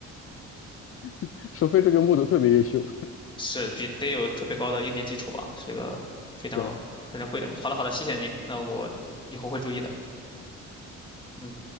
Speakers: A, on the left; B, on the left.
A: <laughs> 除非这个木头特别优秀，
B: 是比得有特别高的硬件基础吧，是一个非常非常贵的木头。
A: <laughs> 对。
B: 好了，好了，谢谢您，那我以后会注意的。嗯。